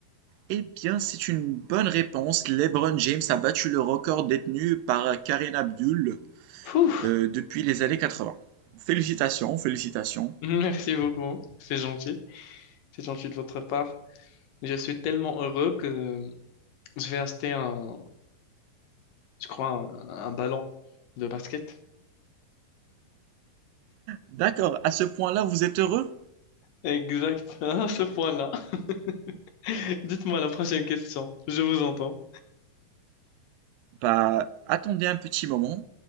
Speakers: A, on the right (about 80°); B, on the left (about 75°).
A: Eh bien, c'est une bonne réponse. LeBron James a battu le record détenu par Kareem Abdul
B: Ouh,
A: euh, depuis les années 80. Félicitations, félicitations.
B: <laughs> merci beaucoup, c'est gentil. C'est gentil de votre part. Je suis tellement heureux que je vais acheter un, je crois, un, un ballon de basket.
A: D'accord, à ce point-là, vous êtes heureux?
B: Exact, <laughs> à ce point-là. <laughs> Dites-moi la prochaine question, je vous entends.
A: Bah, attendez un petit moment.